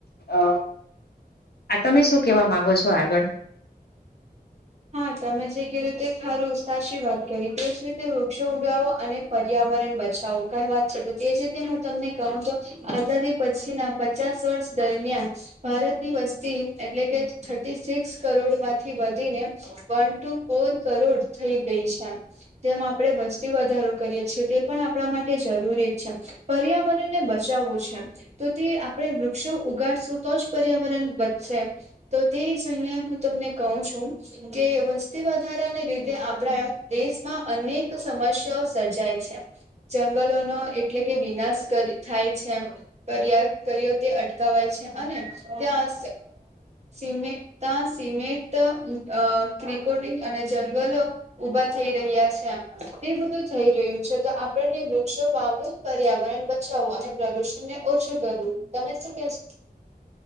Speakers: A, on the left; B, on the right.
A: અ આ તમે શું કેવા માંગો છો આગળ
B: હા તમે જે ક રીતે ખારું ઉત્સાહ વાત કરી તે જ રીતે વૃક્ષો ઉગાવો અને પર્યાવરણ પર્યારણ બચાવું કઈ વાત છે તો તે જ રીતે હું તમને કહું તો આઝાદી પછી ના પચાસ વર્ષ દરમિયાન ભારતની વસ્તી એટલે કે થર્ટી સિક્સ કરોડ માંથી વધીને વન ટુ ફોર કરોડ થઈ ગઈ છે. જેમાં આપણે વસ્તી વધારો કરીએ છીએ એ પણ આપણા માટે જરૂરી છે. પર્યાવરણને બચાવવું છે તો તે આપણે વૃક્ષો ઉગાડશું તો જ પર્યાવરણ વચશે તો તે જોઇને હું તમને કહઉ છું કે વસ્તી વધારાને લીધે આપણા એમ દેશમાં અનેક સમસ્યાઓ સર્જાય જંગલો નો એટલે કે વિનાશ થાય છે કર્યા કર્યો તે અટકવાય છે અને ત્યાં સિમે તાં સિમેન્ટ અ ક્રિકોટી અને જંગલો ઉભા થઈ રહ્યા છે તે બધું થઈ રહ્યું છે છે તો આપણને વૃક્ષો વાવવું પર્યાવરણ બચાવવું અને પ્રદુષણ ને ઓછું કરવું તમે શું શું <unintelligible>